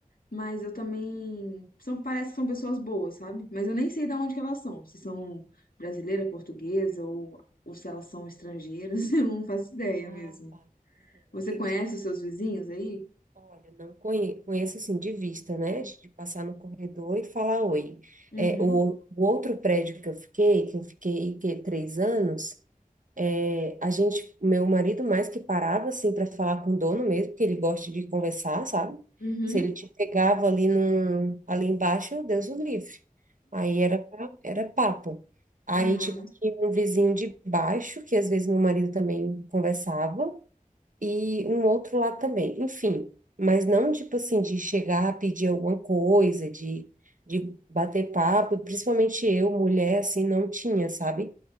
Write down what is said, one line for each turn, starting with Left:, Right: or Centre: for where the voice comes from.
Left: mas eu também são parece que são pessoas boas, sabe? Mas eu nem sei de onde que elas são, se são brasileira, portuguesa ou ou se elas são estrangeiras, <laughs> eu não faço ideia
Right: Ah,
Left: mesmo.
Right: tá. Uhum,
Left: Você
Right: entendi.
Left: conhece os seus vizinhos aí?
Right: Olha, não conhe- conheço assim de vista, né? De, de passar no corredor e falar oi.
Left: Uhum.
Right: É, o, o outro prédio que eu fiquei, que eu fiquei que, três anos, É, a gente, meu marido mais que parava assim para falar com o dono mesmo, que ele gosta de conversar, sabe?
Left: Uhum.
Right: Se ele te pegava ali num, ali embaixo, Deus o livre. Aí era era papo. Aí
Left: Aham.
Right: tipo, tinha um vizinho de baixo que às vezes meu marido também conversava e um outro lá também. Enfim, mas não tipo assim de chegar a pedir alguma coisa, de de bater papo, principalmente eu, mulher, assim, não tinha, sabe?